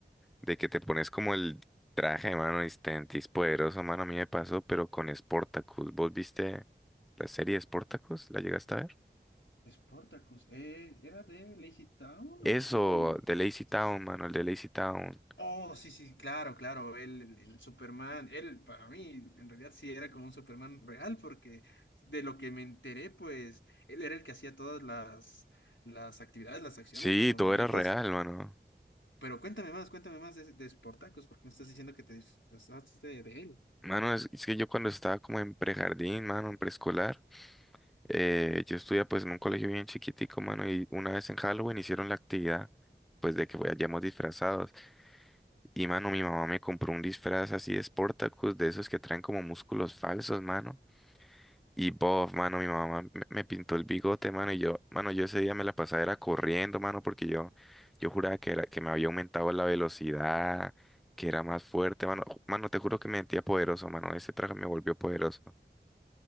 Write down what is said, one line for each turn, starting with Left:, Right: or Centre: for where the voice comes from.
Centre: de que te pones como el traje, mano, y Stentis poderoso, mano, a mí me pasó, pero con Spartacus ¿Vos viste la serie Spartacus ¿La llegaste a ver?
Left: Sportacus, eh, ¿era de Lazy Town
Centre: Eso,
Left: o estoy...?
Centre: de Lazy Town,
Left: Sí, sí,
Centre: mano, el de Lazy Town.
Left: Oh, sí, sí, claro, claro, él, el, el Superman, él para mí en realidad sí era como un Superman real porque de lo que me enteré, pues él era el que hacía todas las, las actividades, las acciones,
Centre: Sí,
Left: los movimientos,
Centre: todo era real, mano.
Left: pero cuéntame más, cuéntame más de, de Sportacus, porque me estás diciendo que te disfrazaste de él.
Centre: Mano, es, es que yo cuando estaba como en prejardín, mano, en preescolar. Eh, yo estudié pues en un colegio bien chiquitico, mano, y una vez en Halloween hicieron la actividad, pues de que vayamos disfrazados. Y, mano, mi mamá me compró un disfraz así de Sportacus, de esos que traen como músculos falsos, mano. Y bof, mano, mi mamá me me pintó el bigote, mano, y yo, mano, yo ese día me la pasaba era corriendo, mano, porque yo, yo juraba que era, que me había aumentado la velocidad, que era más fuerte, mano. Ju- Mano, te juro que me sentía poderoso, mano. Ese traje me volvió poderoso.